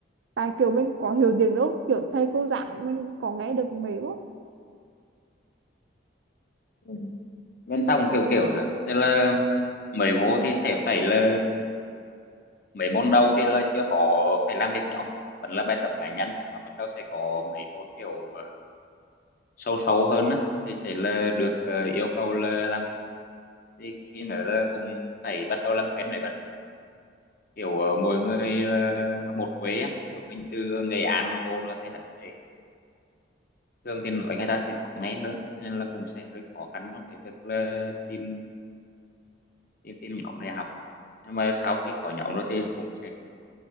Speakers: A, on the right (about 75°); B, on the left (about 50°).
A: tại kiểu mình có hiểu tiếng đâu kiểu thầy cô giảng mình có nghe được mấy bước
B: Ừ. bên trong kiểu kiểu rồi tức là mới vô thì sẽ phải là mấy môn đầu thì là chưa có phải làm việc nhóm vẫn là bài tập cá nhân nhưng mà bắt đầu sẽ có mấy môn kiểu ờ, sâu sâu hơn á thì sẽ là được ờ, yêu cầu là làm việc thì khi nữa là cũng phải bắt đầu làm quen với bạn kiểu ờ, mỗi người là một quê á kiểu mình từ Nghệ An vô nữa thì hắn sẽ thường thì nói người ta sẽ khó nghe hơn cho nên là cũng sẽ hơi khó khăn trong cái việc là tìm tìm, tìm nhóm để học nhưng mà sau khi có nhóm rồi thì cũng sẽ